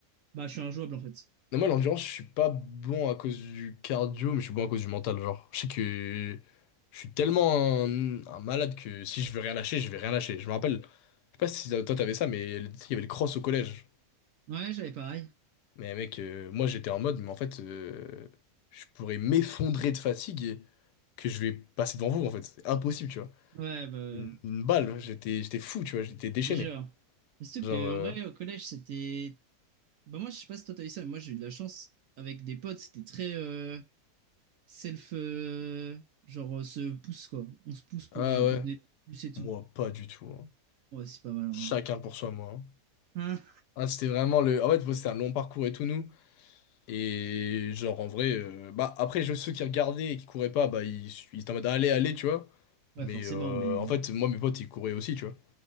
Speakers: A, on the right; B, on the left.
A: Bah, je suis injouable, en fait.
B: Mais moi, l'endurance, je suis pas bon à cause du cardio, mais je suis bon à cause du mental. Genre, je sais que je suis tellement un, un malade que si je veux rien lâcher, je vais rien lâcher. Je me rappelle, je sais pas si toi t'avais ça, mais il y avait le cross au collège.
A: Ouais, j'avais pareil.
B: Mais mec, euh, moi j'étais en mode, mais en fait, euh, je pourrais m'effondrer de fatigue et que je vais passer devant vous, en fait. C'est impossible, tu vois.
A: Ouais, bah, ouais.
B: Une, une balle, j'étais, j'étais fou, tu vois, j'étais déchaîné.
A: Je jure. Mais surtout
B: Genre,
A: que,
B: euh,
A: en vrai, au collège, c'était... Bah, moi, je sais pas si toi, t'as eu ça, mais moi, j'ai eu de la chance. Avec des potes, c'était très euh, self... euh, Genre, euh, se pousse, quoi. On se pousse pour,
B: ah
A: euh,
B: ouais,
A: pour donner plus et tout.
B: moi pas du tout. hein.
A: Ouais, c'est pas mal, en
B: Chacun
A: vrai.
B: pour soi, moi. hein.
A: Hein
B: Ah, c'était vraiment le. En fait, bon, c'était un long parcours et tout, nous. Et genre, en vrai, euh, bah après, je- ceux qui regardaient et qui couraient pas, bah ils, ils étaient en mode, allez, allez, tu vois.
A: ouais,
B: Mais
A: forcément,
B: euh,
A: mais...
B: en fait, moi, mes potes, ils couraient aussi, tu vois.